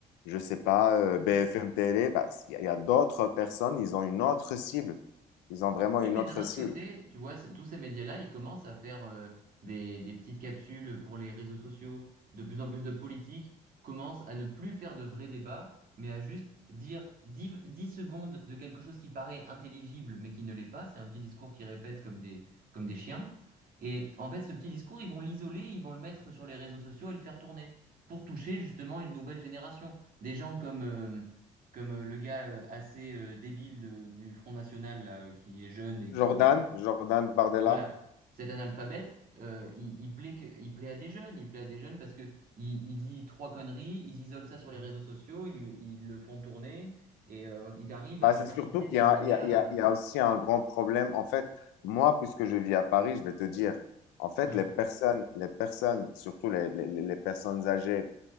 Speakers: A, on the left (about 85°); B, on the right (about 55°).
A: je ne sais pas, euh, BFM Télé. Bah, Il bah, y a, y a d'autres personnes, ils ont une autre cible. Ils ont vraiment
B: Oui,
A: une
B: mais
A: autre
B: d'un autre
A: cible.
B: côté, tu vois, c- tous ces médias-là, ils commencent à faire euh, des, des petites capsules pour les réseaux sociaux. De plus en plus de politiques commencent à ne plus faire de vrais débats, mais à juste dire 10 10 secondes de quelque chose qui paraît intelligible, mais qui ne l'est pas. C'est un petit discours qu'ils répètent comme des, comme des chiens. Et en fait, ce petit discours, ils vont l'isoler, ils vont le mettre sur les réseaux sociaux et le faire tourner pour toucher justement une nouvelle génération. Des gens comme, euh, comme euh, le gars euh, assez euh, débile de- du Front National là, euh, qui est jeune et qui
A: Jordan, Jordan Bardella.
B: voilà cet analphabète euh, il, il plaît que- il plaît à des jeunes il plaît à des jeunes parce que il, il dit trois conneries ils isolent ça sur les réseaux sociaux ils, lui- ils le font tourner et euh, ils arrivent à
A: Bah,
B: le
A: c'est
B: faire
A: surtout
B: passer
A: qu'il
B: pour
A: y a,
B: un gars
A: il y a- il y
B: euh,
A: a- il y a aussi un grand problème. En fait, moi, puisque je vis à Paris, je vais te dire, en fait,
B: hmm,
A: les personnes, les personnes, surtout les, les les personnes âgées,